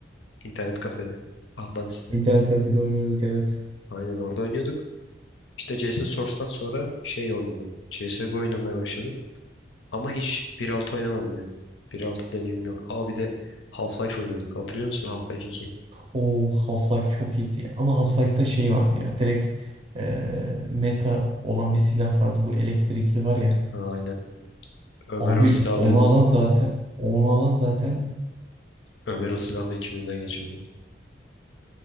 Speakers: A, on the left (about 80°); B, on the right (about 30°).
A: İnternet kafede. Atlantis'te.
B: İnternet kafede oynuyorduk evet.
A: Aynen orada oynuyorduk. İşte CS Source'tan sonra şey oynadım. CSGO oynamaya başladım. Ama hiç 1.6 oynamadım yani. 1.6 deneyimim yok. Aa bir de Half-Life oynuyorduk. Hatırlıyor musun Half-Life 2?
B: O Half-Life çok iyiydi ya. Ama Half-Life'da şey vardı ya. Direkt eee, meta olan bir silah vardı. Bu elektrikli var ya.
A: Ha, aynen. Ömer
B: Abi
A: o silahı alıyordu.
B: onu alan zaten onu alan zaten
A: Ömer o silahla içimizden geçiyordu.